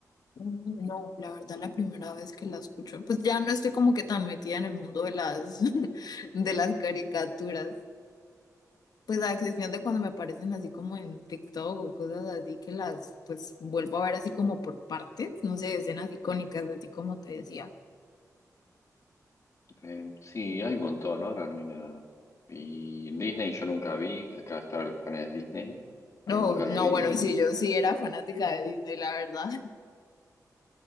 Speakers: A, on the left; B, on the left.
A: Mm, No, la verdad, la primera vez que la escucho, pues ya no estoy como que tan metida en el mundo de las, <laughs> de las caricaturas. Pues a excepción de cuando me aparecen así como en TikTok o cosas así que las, pues vuelvo a ver así como por partes, no sé, escenas icónicas, así como te decía.
B: Eh, sí, hay un montón, ahora no hay nada. Y Disney yo nunca vi, acá estaban los canales de Disney, pero
A: No,
B: nunca
A: no,
B: lo vi,
A: bueno,
B: y
A: sí,
B: ni
A: yo sí era fanática de Disney, la verdad.